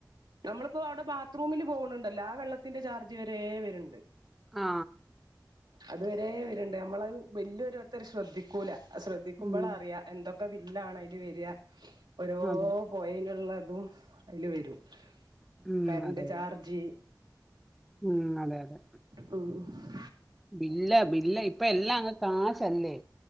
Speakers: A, on the right; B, in the centre.
A: നമ്മളിപ്പൊ അവിടെ ബാത്റൂമിൽ പോകണ് ണ്ടല്ലോ ആ വെള്ളത്തിന്റെ ചാർജ് വരെ വര ൻണ്ട്
B: ആ
A: അത് വരേ വര്ണ്ട് നമ്മളത് ബില്ല് ഒരോര്ത്തര് ശ്രദ്ധിക്കൂല അത് ശ്രദ്ധിക്കുമ്പോൾ
B: ഉം,
A: അറിയ എന്തൊക്കെ ബില്ലാണ് അതില് വെര രോ
B: അതെ
A: പോയേനുള്ളതും അയില് വരും
B: ഉം
A: കറണ്ട്
B: അതെ
A: ചാർജ്
B: ഉം അതെ അതെ
A: ഉംഉം
B: ബില്ല ബില്ല ഇപ്പ എല്ലാം അങ്ങ് കാശല്ലേ